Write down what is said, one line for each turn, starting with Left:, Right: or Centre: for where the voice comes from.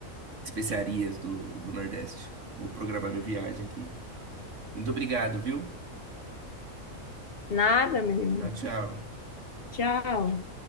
Right: especiarias do, do Nordeste. Vou programar minha viagem aqui. Muito obrigado, viu?
Left: Nada, menino.
Right: Tchau, tchau.
Left: Tchau.